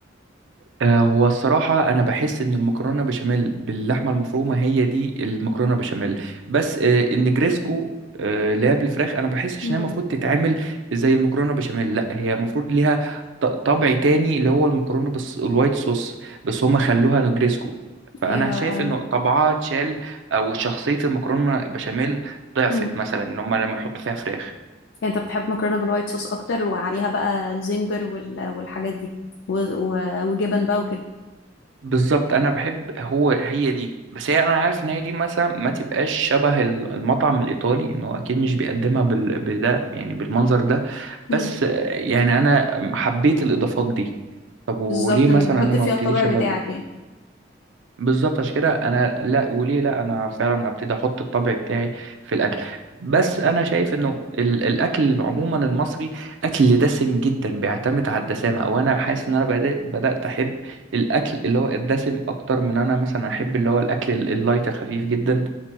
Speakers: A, on the right; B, on the left.
A: آه، هو الصراحة أنا بحس إن المكرونة بشاميل باللحمة المفرومة هي دي المكرونة بشاميل بس آه، النجريسكو آه، اللي هي بالفراخ أنا بحسش
B: مم.
A: إن هي المفروض تتعمل زي المكرونة بشاميل لأ هي المفروض ليها ط- طبع تاني اللي هو المكرونة بس الوايت صوص بس هما خلوها نجريسكو فأنا
B: أيوه
A: شايف
B: أيوه
A: إنه طبعها اتشال أو شخصية المكرونة بشاميل ضعفت
B: مم.
A: مثلا إن هما لما يحطوا فيها فراخ
B: يعني انت بتحب مكرونه بالوايت صوص اكتر وعليها بقى الزنجر وال... والحاجات دي و... و... وجبن بقى وكده
A: بالظبط انا بحب هو هي دي بس هي انا عارف ان هي دي مثلا ما تبقاش شبه ال- المطعم الايطالي ان هو اكيد مش بيقدمها بال... بده يعني بالمنظر ده
B: امم
A: بس آه، يعني انا حبيت الاضافات دي طب وليه
B: بالظبط
A: مثلا
B: انت بتحط
A: انا ما
B: فيها
A: ابتديش
B: الطابع بتاعك
A: ازود
B: يعني
A: بالظبط عشان كده انا لا وليه لا انا فعلا ابتدي احط الطبع بتاعي في الاكل بس انا شايف انه ال- الاكل عموما المصري اكل دسم جدا بيعتمد على الدسامه او انا حاسس ان انا بدأ- بدات احب الاكل اللي هو الدسم اكتر من انا مثلا احب اللي هو الاكل ال- اللايت الخفيف جدا